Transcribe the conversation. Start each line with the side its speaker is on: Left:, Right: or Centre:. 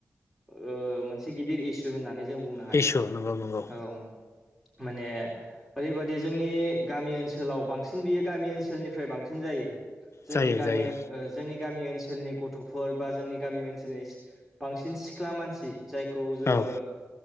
Centre: ओ मोनसे गिदिर इसु होननानै जों बुंनो हायो
Left: इसु नंगौ नंगौ
Centre: औ माने ओरैबादि जोंनि गामि ओनसोलाव बांसिन बियो गामि ओनसोलनिफ्राय बांसिन जायो जोंनि
Left: जायो
Centre: गामि
Left: जायो
Centre: ओ जोंनि गामि ओनसोलनि गथ'फोर बा जोंनि गामि ओनसोलनि बांसिन सिख्ला मानसि जायखौ जोङो
Left: औ